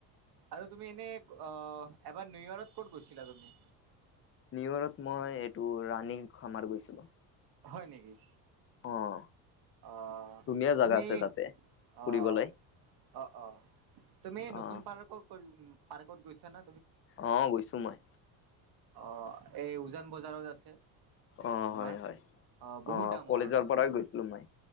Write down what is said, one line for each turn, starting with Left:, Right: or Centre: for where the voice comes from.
Right: আৰু তুমি এনে এবাৰ নিউয়ৰ্কত ক'ত গৈছিলা তুমি
Left: নিউয়ৰ্কত মই এইটো ৰাণী খামাৰ গৈছিলো
Right: হয় নেকি
Left: অ',
Right: অহ
Left: ধুনীয়া জাগা
Right: তুমি
Left: আছে তাতে ফুৰিবলৈ
Right: অহ অ অ তুমি নতুন
Left: অ'।
Right: পাৰ্ক পাৰ্কত গৈছাানা
Left: অ গৈছো মই
Right: অ এই উজান বজাৰত আছে
Left: অ',
Right: তোমাৰ
Left: হয়, হয়
Right: আহ
Left: অ',
Right: বহুত দাঙৰ
Left: কলেজৰ পৰাই গৈছিলো মই